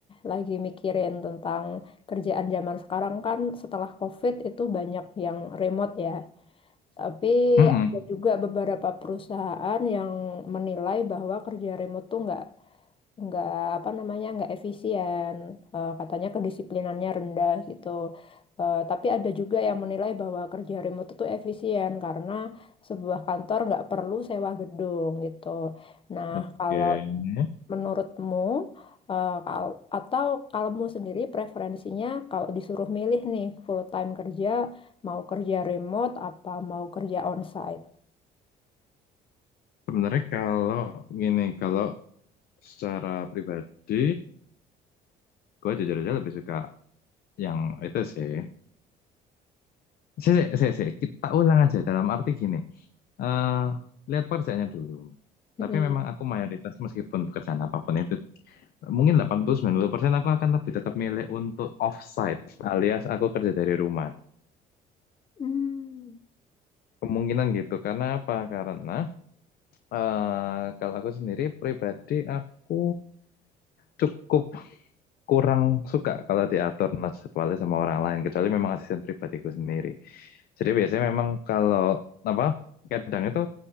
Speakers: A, on the left (about 30°); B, on the left (about 65°).
A: lagi mikirin tentang kerjaan zaman sekarang kan setelah COVID itu banyak yang remote ya. Tapi
B: Mm-mm.
A: ada juga beberapa perusahaan yang menilai bahwa kerja remote tuh nggak nggak apa namanya nggak efisien Eh, katanya kedisiplinannya rendah gitu Eh, tapi ada juga yang menilai bahwa kerja remote itu efisien karena sebuah kantor nggak perlu sewa gedung gitu nah
B: Oke.
A: kalau menurutmu eh, kal- atau kalau mu sendiri preferensinya kalau disuruh milih nih full time kerja mau kerja remote apa mau kerja onsite
B: Sebenarnya kalau gini, kalau secara pribadi, gue jujur aja lebih suka yang itu sih. Sih, sih, sih, sih. Kita ulang aja dalam arti gini. eh lihat pekerjaannya dulu.
A: Mm-mm.
B: Tapi memang aku mayoritas meskipun pekerjaan apapun itu, mungkin 80-90% aku akan lebih tetap milih untuk offsite alias aku kerja dari rumah.
A: Hmm.
B: Kemungkinan gitu, karena apa? Karena eh, kalau aku sendiri pribadi aku cukup kurang suka kalau diatur nah, jadwalnya sama orang lain, kecuali memang asisten pribadiku sendiri. Jadi biasanya memang kalau apa kadang itu